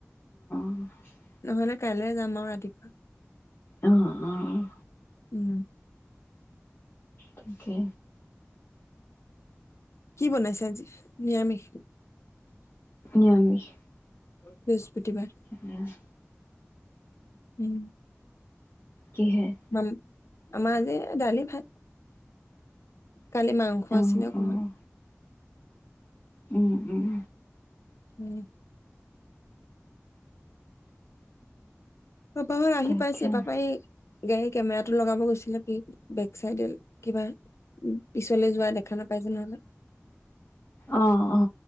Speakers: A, on the left; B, on the left.
A: <inaudible>
B: নহলে কাইলে যাম আৰু ৰাতিপুৱা।
A: অ', অ',
B: উম।
A: তাকে।
B: কি বনাইছে আজি নিৰামিষ।
A: নিৰামিষ।
B: বৃহস্পতিবাৰ।
A: ঠিকে আছে।
B: উম।
A: কিহে
B: ম আম যে এ দালি ভাত কালি মাংস
A: অ',
B: আছিলে অকমান
A: অ', উম, উম,
B: উম অপাহৰ আহি
A: তাকে
B: পাইছে পাপাই গাড়ী কেমেৰাটো লগাব গৈছিলে বেক চাইডে কিবা পিছলে যোৱা দেখা নাপাইছে নহলে
A: অ অ